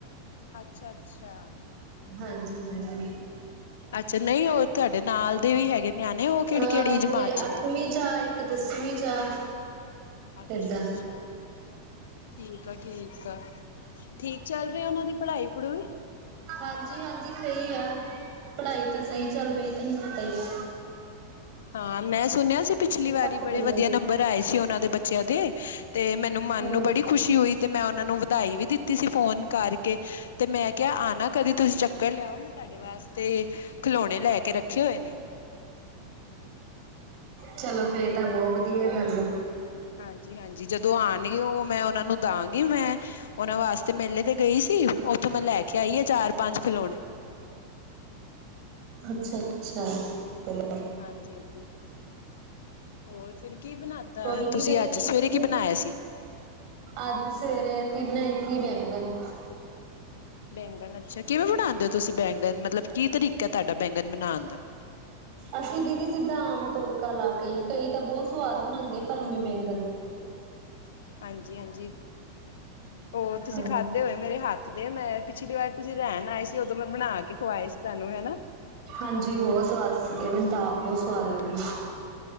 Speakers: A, on the left; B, on the right.
A: ਅੱਛਾ- ਅੱਛਾ।
B: ਹਾਂਜੀ ਹਾਂਜੀ।
A: ਅੱਛਾ। ਨਈ ਉਹ ਤੁਹਾਡੇ ਨਾਲ ਦੇ ਵੀ ਹੈਗੇ ਨਿਆਣੇ ਉਹ ਕਿਹੜੀ-
B: ਅ
A: ਕਿਹੜੀ ਜਮਾਤ
B: ਮੈਂ
A: ਚ
B: ਅੱਠਵੀਂ
A: ਨੇ?
B: ਚ ਆ ਇੱਕ ਦਸਵੀਂ ਚ ਆ
A: ਅੱਛਾ-
B: ਏਦਾਂ
A: ਅੱਛਾ। ਠੀਕ ਆ ਠੀਕ ਆ। ਠੀਕ ਚੱਲ ਰਹੇ ਉਹਨਾਂ ਦੀ ਪੜ੍ਹਾਈ-ਪੜੂਈ?
B: ਹਾਂਜੀ ਹਾਂਜੀ। ਸਹੀ ਐ, ਪੜ੍ਹਾਈ ਤਾਂ ਸਹੀ ਚੱਲ ਰਹੀ ਨਮਸਤੇ ਜੀ।
A: ਹਾਂ ਮੈਂ ਸੁਣਿਆ ਸੀ ਪਿਛਲੀ ਵਾਰੀ
B: ਘੱਟ
A: ਬੜੇ
B: ਦਿੰਦੇ
A: ਵਧੀਆ ਨੰਬਰ ਆਏ ਸੀ ਉਹਨਾਂ ਦੇ ਬੱਚਿਆਂ ਦੇ, ਤੇ ਮੈਨੂੰ ਮੰਨ
B: ਹੂੰ।
A: ਨੂੰ ਬੜੀ ਖੁਸ਼ੀ ਹੋਈ ਤੇ ਮੈਂ ਉਹਨਾਂ ਨੂੰ ਵਧਾਈ ਵੀ ਦਿੱਤੀ ਸੀ ਫੋਨ ਕਰਕੇ, ਤੇ ਮੈਂ ਕਿਹਾ ਆਣਾ ਕਦੀ ਤੁਸੀਂ ਚੱਕਰ ਲਿਆਓ ਮੈ ਤੁ ਤੁਆਡੇ ਵਾਸਤੇ ਖਲੌਣੇ ਲੈ ਕੇ ਰੱਖੇ ਹੋਏ ਨੇ।
B: ਚਲੋ ਫੇਰ ਤਾਂ ਬਹੁਤ ਵਧੀਆ ਗੱਲ ਐ।
A: ਹਾਂਜੀ-ਹਾਂਜੀ। ਜਦੋਂ ਆਉਣਗੇ ਉਹ ਮੈਂ ਉਹਨਾਂ ਨੂੰ ਤਾ ਆਗੀ ਮੈਂ ਉਹਨਾਂ ਵਾਸਤੇ ਮੇਲੇ ਤੇ ਗਈ ਸੀ ਉੱਥੋਂ ਮੈਂ ਲੈ ਕੇ ਆਈ ਆ ਚਾਰ- ਪੰਜ ਖਿਲੋਣੇ।
B: ਅੱਛਾ ਅੱਛਾ ਚ
A: ਹਾਂਜੀ ਹਾਂਜੀ। ਹੋਰ ਫਿਰ ਕੀ ਬਣਾ ਤਾਂ
B: ਕੋਈ ਨੀ
A: ਤੁਸੀਂ
B: ਜਦੋਂ
A: ਅੱਜ
B: ਹੁਣ
A: ਸਵੇਰੇ ਕੀ ਬਣਾਇਆ ਸੀ?
B: ਅੱਜ ਸਵੇਰੇ ਅਸੀਂ ਬਣਾਈ ਸੀ ਬੈਂਗਨ।
A: ਬੈਂਗਣ ਅੱਛਾ। ਕਿਵੇਂ ਬਣਾਉਂਦੇ ਹੋ ਤੁਸੀਂ ਬੈਂਗਣ ਮਤਲਬ ਕੀ ਤਰੀਕਾ ਤੁਹਾਡਾ ਬੈਂਗਣ ਬਣਾਣ ਦਾ?
B: ਅਸੀਂ ਦੀਦੀ ਜਿੱਦਾਂ ਆਮ ਤੋੜਕਾ ਲਾ ਕੇ, ਕਈ ਤਾਂ ਬਹੁਤ ਸਵਾਦ ਬਣਾਦੇ ਭਰਮੇ ਬੈਂਗਣ।
A: ਹਾਂਜੀ ਹਾਂਜੀ। ਉਹ ਤੁਸੀਂ
B: ਹਾਂ
A: ਖਾਧੇ ਹੋਏ ਮੇਰੇ ਹੱਥ ਦੇ ਮੈਂ ਪਿਛਲੀ ਵਾਰ ਤੁਸੀਂ ਰਹਿਣ ਆਏ ਸੀ ਉਦੋਂ ਮੈਂ ਬਣਾ ਕੇ ਖਵਾਏ ਸੀ ਤੁਆਨੂੰ ਹੈ ਨਾ?
B: ਹਾਂਜੀ ਬਹੁਤ ਸਵਾਦ ਸੀਗੇ, ਮੈਨੂੰ ਤਾ ਆਪ ਬੋਤ ਸਵਾਦ
A: ਹਾਂ
B: ਲੱਗੇ।